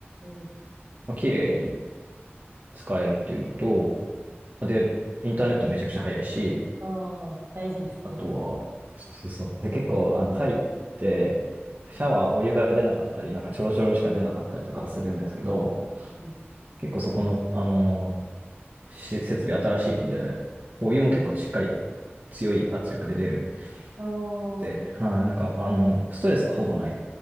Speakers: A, on the right; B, on the right.
A: えー、
B: まあ、綺麗に使えるっていうのと、で、インターネットめちゃくちゃ早いし、
A: ああ、大事ですね。
B: あとは、そうそうそう。で、結構、あの、タイって、シャワー、お湯が出なかったり、なんかちょろちょろしか出なかったりとかするんですけど、
A: うん
B: 結構そこの、あの、し設備新しいので、お湯も結構しっかり強い圧力で出る。
A: ああ、
B: で、はい、なんか、あの、ストレスがほぼない。